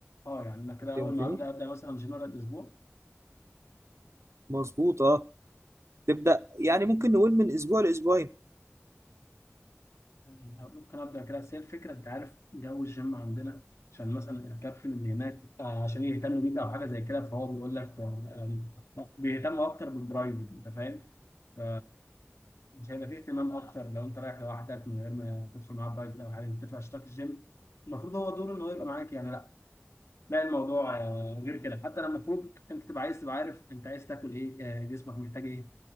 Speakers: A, on the left (about 80°); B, on the right (about 85°).
A: اه يعني انا كده
B: فهمتني؟
A: اول ما ابدا ابدا مثلا جنرال اسبوع
B: مظبوط أه تبدأ يعني ممكن نقول من أسبوع لأسبوعين
A: ممكن ابدا كده بس هي الفكره انت عارف جو الجيم عندنا عشان مثلا الكابتن اللي هناك آه، عشان يهتم بيك او حاجه زي كده فهو بيقول لك آه، يعني لا، بيهتموا اكتر بالبرايفت انت فاهم ف مش هيبقى فيه اهتمام اكتر لو انت رايح لوحدك من غير ما تدخل معاه برايفت او حاجه انت بتدفع اشتراك الجيم المفروض هو دوره ان هو يبقى معاك يعني لا لا الموضوع آه، غير كده حتى لما المفروض انت تبقى عايز تبقى عارف انت عايز تاكل ايه آه، جسمك محتاج ايه